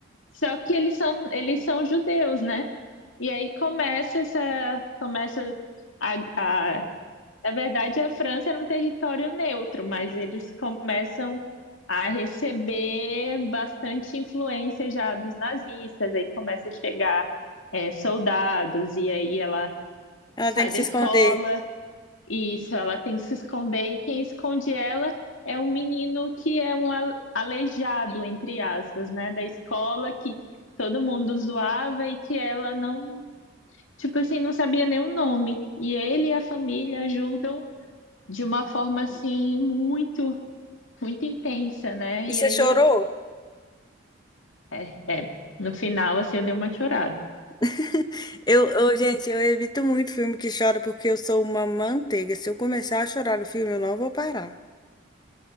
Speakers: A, on the left; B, on the left.
A: Só que eles são, eles são judeus, né? E aí começa essa, começa a, a, na verdade a França era um território neutro, mas eles começam a receber bastante influência já dos nazistas. Aí começa a chegar eh, soldados e aí ela
B: Ela
A: sai
B: tem que
A: da
B: se
A: escola
B: esconder.
A: isso, ela tem que se esconder e quem esconde ela é um menino que é um a- aleijado, entre aspas, né, da escola que todo mundo zoava e que ela não, tipo assim, não sabia nem o nome. E ele e a família ajudam de uma forma assim muito, muito intensa, né?
B: E
A: E
B: você
A: aí
B: chorou?
A: é, é, é, no final assim eu dei uma chorada.
B: <laughs> Eu, eu, gente, eu evito muito filme que chora porque eu sou uma manteiga. Se eu começar a chorar no filme, eu não vou parar.